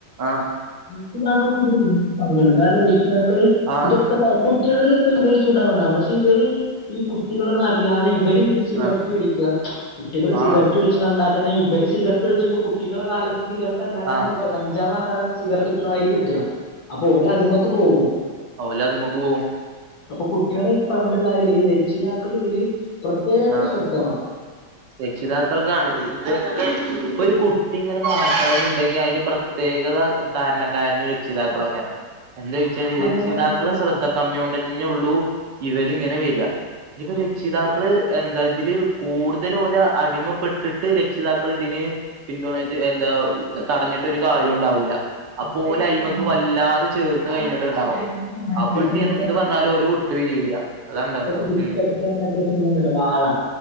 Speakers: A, on the right (about 75°); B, on the left (about 55°).
A: ആഹ്
B: രക്ഷിതാക്കൾക്ക് ഇതിന് പങ്കുണ്ട് കാരണം രക്ഷിതാക്കൾ
A: ആഹ്
B: ഇതൊക്കെ പറ കുട്ട്യേളോട് ചെൽപ്പോ ഇവര് ചൂടാവുണ്ടാവും, പക്ഷെ ഇവര് ഈ കുട്ടികളൊന്നറിയാതെ ഇവല് സിഗരറ്റ്
A: ആഹ്
B: വലിക്കു കുട്ടികൾ സിഗരറ്റ്
A: ആഹ്
B: വലിക്കച്ച്ണ കണ്ടാ തന്നെ ഇവർ സിഗററ്റ് വലിച്ചിട്ട് കുട്ടികളെടെ കാലത്ത് സിഗർറ്റെല്ലാക്കാരം
A: ആഹ്
B: കിട്ടാ. കഞ്ചാവാക്കാരം സിഗർറ്റ് കിട്ട്ണമായിരി കിട്ടാ അപ്പൊ ഓലതുമക്ക് പോവും.
A: ഓലതുമക്ക്പോവും.
B: അപ്പൊ കുട്ടികളെ പറഞ്ഞിട്ട് കാര്യല്ല, ഈ രക്ഷിതാക്കള് ഇതില് പ്രത്യേക
A: ആഹ്
B: ശ്രദ്ധ വേണം
A: രക്ഷിതാക്കൾക്കാണ്, ഇ ഇതൊക്കെ ഇപ്പൊര് കുട്ടി ങ്ങനെ നശാവുന്നുണ്ടെങ്കി അയിന് പ്രത്യേകത കാരണക്കാര് രക്ഷിതാക്കളാക്കാരം. എന്തേയ്ച്ചാല്
B: ഇപ്പൊ
A: രക്ഷിതാക്കള്
B: നമ്മള്
A: ശ്രദ്ധ
B: പറഞ്ഞ
A: കമ്മിയോണ്ടെ പിന്നുള്ളൂ ഇവര് ഇങ്ങനെ വരിക, ഇപ്പോ രക്ഷിതാക്കള് എന്താ ഇതില് കൂടുത <unintelligible> ഓല അടിമപ്പെട്ട്ട്ട് രക്ഷിതാക്കള് തിന് പിന്തുണച്ച് എന്താ തടഞ്ഞിട്ട്, ഒരു കാര്യം ഉണ്ടാവൂല,
B: ഉം
A: അപ്പോലെ അയിമേക്ക്
B: ആഹ്
A: വല്ലാതെ ചേർന്ന് കഴിഞ്ഞിട്ട് ഉണ്ടാവും
B: ഇപ്പ നമ്മള് മറ്റേ
A: അപ്പൊ
B: ഈ
A: എന്ത് പറഞ്ഞാലും ഓല് വിട്ട് പിരിയൂല. അതാണ്ടാവാ
B: ഹിറ്റ്
A: ഉം
B: ടിച്ച ആ മറ്റെ സിനിമയില്ലേ വാഴ